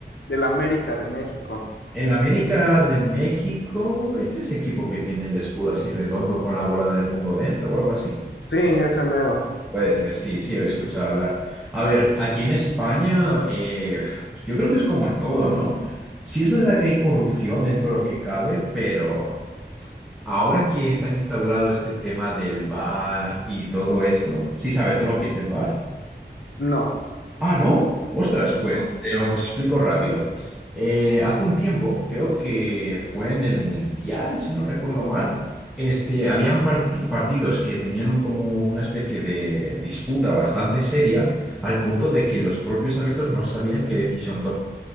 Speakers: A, on the left; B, in the centre.
A: del América de México.
B: El América de México es ese equipo que tiene el escudo así redondo con la bola del mundo dentro o algo así.
A: Sí, ese mero.
B: Puede ser, sí, sí, he escuchado hablar. A ver, aquí en España, eh, yo creo que es como en todo, ¿no? Sí es verdad que hay corrupción dentro de lo que cabe, pero ahora que se ha instaurado este tema del bar y todo esto, sí sabes, ¿no? Lo que es el bar?
A: No,
B: Ah, ¿no? Ostras, pues
A: no.
B: te lo explico rápido. Eh, hace un tiempo, creo que fue en el Mundial, si no recuerdo mal, este, habían parti- partidos que tenían un- como una especie de disputa bastante seria, al punto de que los propios árbitros no sabían qué decisión tomar.